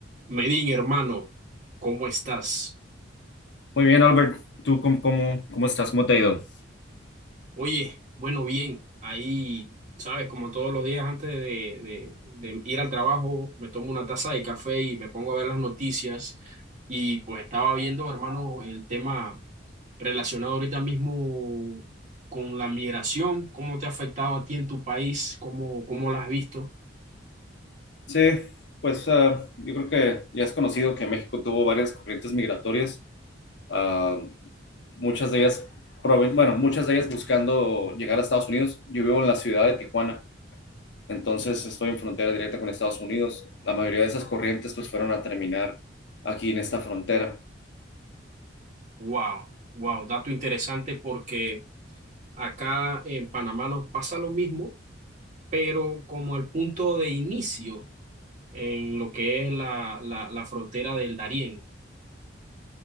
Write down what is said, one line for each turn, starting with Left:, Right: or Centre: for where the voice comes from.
Right: Medin, hermano, ¿cómo estás?
Left: Muy bien, Albert. ¿Tú cómo, cómo, cómo estás? ¿Cómo te ha ido?
Right: Oye, bueno, bien, ahí, sabes, como todos los días antes de, de- de ir al trabajo, me tomo una taza de café y me pongo a ver las noticias. Y pues estaba viendo, hermano, el tema relacionado ahorita mismo con la migración, cómo te ha afectado a ti en tu país, cómo, cómo la has visto.
Left: Sí, pues ah, yo creo que ya es conocido que México tuvo varias corrientes migratorias, ah, muchas de ellas, proven- bueno, muchas de ellas buscando llegar a Estados Unidos. Yo vivo en la ciudad de Tijuana, entonces estoy en frontera directa con Estados Unidos. La mayoría de esas corrientes pues fueron a terminar aquí en esta frontera.
Right: Wow, wow, dato interesante porque acá en Panamá nos pasa lo mismo, pero como el punto de inicio. en lo que es la, la, la frontera del Darién.